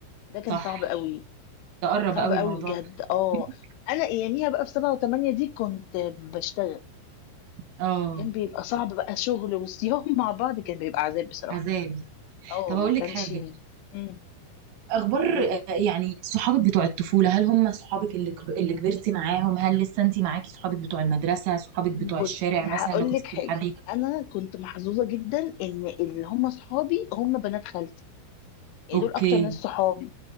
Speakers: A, on the left; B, on the right.
A: ده كان
B: صح
A: صعب قوي
B: تقرب
A: كان صعب
B: قوي
A: قوي
B: الموضوع
A: بجد
B: ده
A: اه
B: <laughs>
A: انا اياميها بقى في سبعة وثمانية دي كنت بشتغل
B: اه
A: فكان بيبقى صعب بقى شغل وصيام مع بعض كان بيبقى عذاب بصراحة
B: عذاب
A: اه
B: طب
A: ما
B: اقول
A: كانش
B: لك حاجه
A: امم
B: اخبار
A: قولي لي
B: آه، يعني صحابك بتوع الطفوله هل هم صحابك اللي كب- اللي كبرتي معاهم هل لسه انت معاكي صحابك بتوع المدرسه صحابك
A: بص
B: بتوع الشارع
A: هقول
B: مثلا لو كنت
A: لك حاجة
B: بتلعبي
A: انا كنت محظوظة جدا ان اللي هم صحابي هم بنات خالتي يعني
B: اوكي
A: دول اكتر ناس صحابي